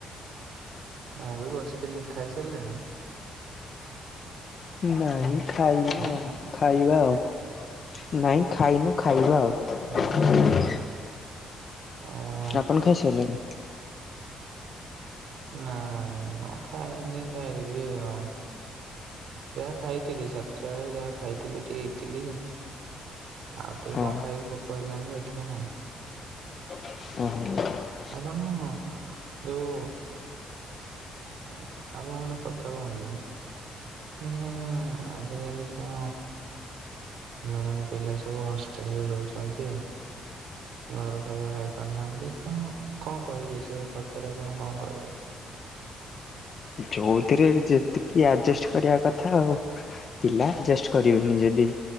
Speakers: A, on the right; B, on the left.
A: ମୁଁ ବି ବସିଥିଲି, ଖାଇସାରିଲେଣି?
B: ନାଇଁ ଖାଇନୁ
A: ଉଁ
B: ଆ ଖାଇବା ଆଉ, ନାଇଁ ଖାଇନୁ ଖାଇବା ଆଉ
A: ଉଁ ଓହୋ
B: ଆପଣ ଖାଇସାଇଲେଣି?
A: ନାଇଁ ମୁ ଖାଇନି ଖାଇବି ଆଉ ଯାହା ଖାଇଥିଲି ସାତଟା ବେଳେ ଯାହା ଖାଇଥିଲି ଟିକେ ଇଟଲି। ଆଉ ଟିକେ
B: ହଁ
A: କଣ ଖାଇବି ଭୋକ ହେଲାଣି ଦେଖିବା ଆଉ
B: <unintelligible>
A: ଆପଣ ଯଉ ଆ ଆପଣ ଗୋଟେ କଥା କୁହନ୍ତୁ। ମାନେ ଆଜିକାଲି ତ <unintelligible> ସବୁ ହଷ୍ଟେଲରେ ରହୁଛନ୍ତି ଆଉ। ଘର ଖାଇବା ଖାଇ ପାରୁନାହାନ୍ତି ତ କଣ କହିବି ସେ କଥାରେ ଆପଣ କଣ କହିବେ।
B: ଯେଉଥିରେ ଯେତିକି ଆଡ଼ଜଷ୍ଟ କରିବା କଥା ଆଉ ପିଲା ଆଡ଼ଜଷ୍ଟ କରିବୁନି ଯଦି